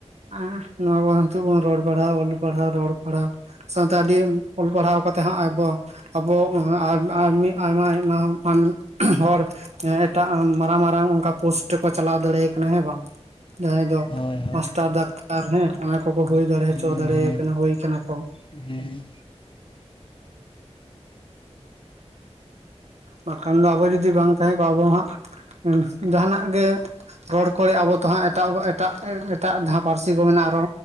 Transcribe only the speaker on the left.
ᱦᱳᱭ ᱦᱳᱭ
ᱦᱮᱸ
ᱦᱮᱸ
ᱦᱮᱸ